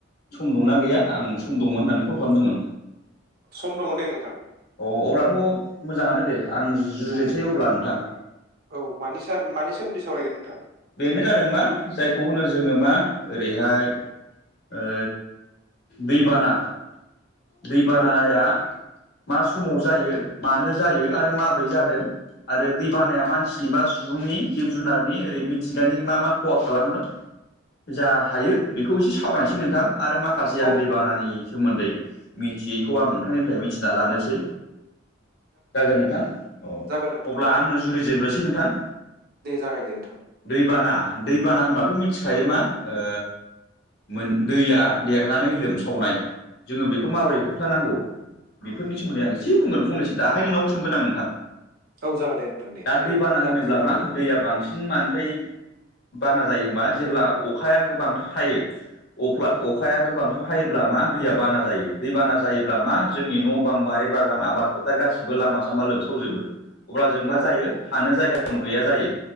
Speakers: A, on the left (about 55°); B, on the right (about 50°).
A: सम दंना गैया आं सम दंमोन होननानै कल खालामदोंमोन।
B: सम दङ दे नोंथां।
A: अ अब्लाथ' मोजाङानो दे आं जुरिनोसै अब्ला नोंथां।
B: औ मानि सा मानि सोमोन्दै सावरायगोन नोंथां?
A: बेनो जादों मा जायखौ होनो जोङो मा ओरैहाय ओ दैबाना दैबानाया
B: औ औ
A: मा समाव जायो मानो जायो आरो माब्रै जादों आरो दै बानाया मानसिनि बा सुबुंनि जिब जुनारनि ओरै मि थिंगानि मा मा खहा खालामो जा हायो बेखौ एसे सावरायसै नोंथां आरो मा <unintelligible> आं
B: औ
A: दैेबानानि सोमोन्दै मिथियैखौ आं नोंथांनिफ्राय मिथिना लानोसै। जागोन नोंथां औ
B: जागोन नोंथां
A: अब्ला
B: जागोन
A: आंनो जुरिजोब्रोसै नोंथां।
B: दे जागायदो नोंथां‌।
A: दैबाना दैबाना होनबाथ' मिथिखायो मा ओ मोन दैया देरनानै लोमसावनाय जोङो बेखौ माबोरै
B: औ
A: होबथानांगौ। बेफोरनि सोमोन्दै आं एसे बुंगोन फंनैसो दाहाय नोंनावबो सोंगोन आं नोंथां।
B: औ जागोन दे नोंथां दे
A: दा दैबाना
B: नों जागायजेनग्रोदो
A: होनोब्ला मा दैया बांसिन मानिफ्राय बाना जायो होमबा जेब्ला अखाया गोबांथार हायो। अफ्ला अखाया गोबांथार हायोब्ला मा दैया बाना जायो दै बाना जायोब्ला मा जोंनि न' बां बारि बागान आबाद फोथार गासिबो लामा सामा लोमसावजोबो। अब्ला जों मा
B: औ
A: जायो
B: औ
A: थानो जायगा गैया जायो